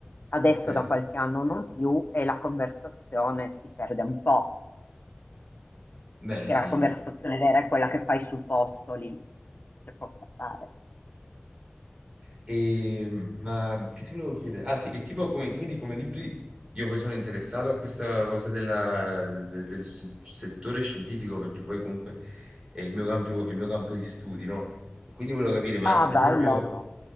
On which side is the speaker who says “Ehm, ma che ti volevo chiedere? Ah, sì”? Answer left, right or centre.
Right